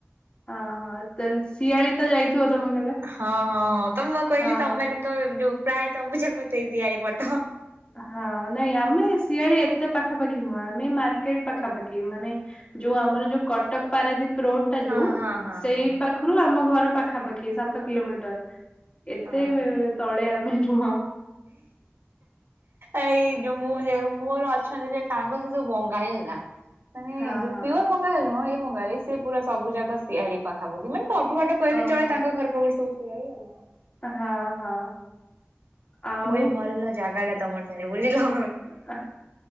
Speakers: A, on the left; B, on the right.
A: ଅହ ତ ଶିଆଳି ତ ଯାଇଥିବ ତମେ କେବେ?
B: ହଁ ହଁ ତ ମୁଁ କହିଲି
A: ହଁ
B: ତମମାନେ ତ ଯୋଉ ପ୍ରାୟ ତବୁଜାକ ସେଇ ଶିଆଳି ପଟ।
A: ହଁ ନାଇଁ ଆମେ ଶିଆଳି ଏତେ ପାଖାପାଖି ନୁହଁ ଆମେ ମାର୍କେଟ ପାଖାପାଖି ମାନେ ଯୋଉ ଆମର ଯୋଉ କଟକ ପାରାଦୀପ ରୋଡ୍ ଟା
B: ହଁ
A: ଯୋଉ
B: ହଁ ହଁ
A: ସେଇ
B: ହଁ
A: ପାଖ ପାଖରୁ ଆମ ଘର ପାଖାପାଖି ସାତ କିଲୋମିଟର ଏତେ
B: ହଁ।
A: ତଳେ ଆମେ ନୁହଁ।
B: ଏଇ ଜୁ ମୁଁ ଯୋଉ ମୋର ଅଛନ୍ତି ଯେ ସାଙ୍ଗ ସେ ଯୋଉ ବଙ୍ଗାଳୀ ହେଲା ମାନେ
A: ହଁ
B: ଯୋଉ
A: ହଁ
B: ପିଓର ବଙ୍ଗାଳୀ ହେଲ ନୁହଁ ଏଇ ବଙ୍ଗାଳୀ। ସିଏ ପୁରା ସବୁଯାକ ସିଆଳି ପାଖାପାଖି ମାନେ ତ ଅଠୁ ବାଟ କହିଲେ
A: ଓହୋ
B: ଚଳେ ତାଙ୍କ ଘର ପାଖରୁ ସବୁ ଶିଆଳି ଆଉ।
A: ହଁ ହଁ। ଆଉ
B: ମୁଁ ଏଇ ଭଲ ଜାଗା ଟା ତମର ତାହେଲେ ବୁଝିଲ।
A: ହଁ